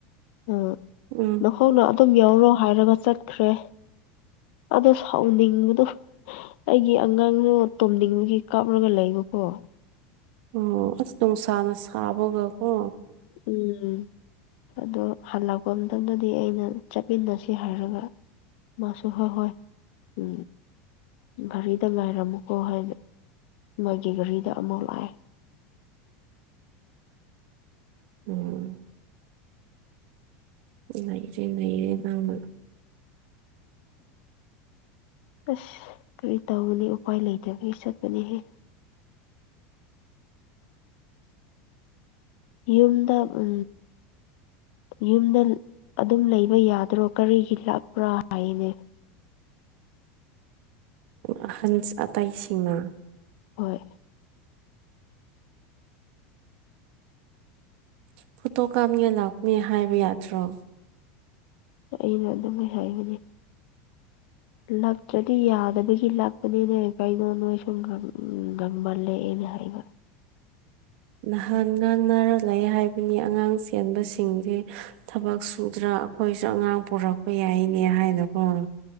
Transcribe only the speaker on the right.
ꯎꯝ
ꯑꯣ ꯑꯁ ꯅꯨꯡꯁꯥꯅ ꯁꯥꯕꯒꯀꯣ
ꯎꯝ ꯅꯩꯔꯦ ꯅꯩꯔꯦ ꯅꯪꯅꯥ
ꯑꯍꯟ ꯑꯇꯩꯁꯤꯡꯅ
ꯐꯨꯇꯣ ꯀꯥꯞꯅꯤꯉꯥꯏ ꯂꯥꯛꯅꯤ ꯍꯥꯏꯕ ꯌꯥꯗ꯭ꯔꯣ
ꯅꯍꯥꯟ ꯉꯥꯡꯅꯔꯥ ꯂꯩ ꯍꯥꯏꯕꯅꯤ ꯑꯉꯥꯡ ꯆꯦꯟꯕꯁꯤꯡꯁꯤ ꯊꯕꯛ ꯁꯨꯗ꯭ꯔꯥ ꯑꯩꯈꯣꯏꯁꯨ ꯑꯉꯥꯡ ꯄꯨꯔꯛꯄ ꯌꯥꯏꯅꯦ ꯍꯥꯏꯅꯀꯣ